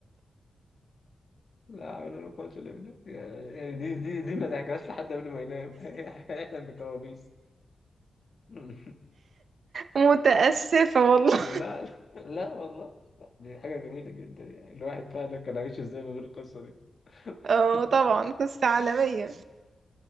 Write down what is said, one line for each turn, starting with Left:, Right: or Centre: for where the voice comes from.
Left: لا حول ولا قوة إلا بالله يعني دي دي دي ما تحكيهاش لحد قبل ما ينام <laughs> هيحلم بكوابيس <laughs>
Right: متأسفة والله
Left: لا لا لا والله لا دي حاجة جميلة جدا يعني الواحد فعلا كان عايش ازاي من غير القصة دي
Right: <laughs> اه
Left: <laughs>
Right: طبعا قصة عالمية